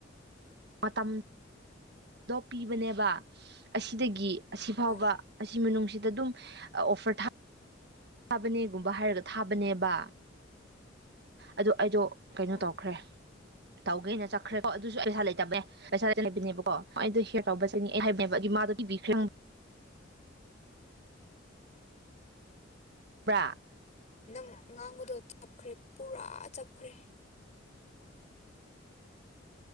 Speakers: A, on the right; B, on the left.
A: ꯃꯇꯝꯗꯣ ꯄꯤꯕꯅꯦꯕ ꯑꯁꯤꯗꯒꯤ ꯑꯁꯤꯐꯥꯎꯕ
B: ꯑꯣ
A: ꯑꯁꯤ ꯃꯅꯨꯡꯁꯤꯗ ꯑꯗꯨꯝ ꯑꯣꯐꯔ ꯊꯥ ꯊꯥꯕꯅꯦꯒꯨꯝꯕ ꯍꯥꯏꯔꯒ ꯊꯥꯕꯅꯦꯕ ꯑꯗꯨ ꯑꯩꯗꯣ ꯀꯩꯅꯣ
B: ꯑꯣ
A: ꯇꯧꯈ꯭ꯔꯦ ꯇꯧꯒꯦꯅ ꯆꯠꯈ꯭ꯔꯦꯀꯣ ꯑꯗꯨꯁꯨ ꯄꯩꯁꯥ ꯂꯩꯇꯕꯩ ꯄꯩꯁꯥ ꯍꯥꯏꯕꯤꯅꯦꯕꯀꯣ ꯑꯩꯗꯣ ꯍꯤꯌꯔ ꯇꯧꯕꯕꯕꯁꯤꯅꯤ ꯑꯩ ꯍꯥꯏꯕꯅꯦꯕ ꯑꯗꯨꯒꯤ ꯃꯥꯗꯣ ꯄꯤꯕꯤꯈ꯭ꯔꯦ ꯄꯔ
B: ꯅꯪ ꯉꯥꯡꯕꯗꯣ ꯆꯞꯈ꯭ꯔꯦ ꯄꯨꯔꯥ ꯆꯞꯈ꯭ꯔꯦ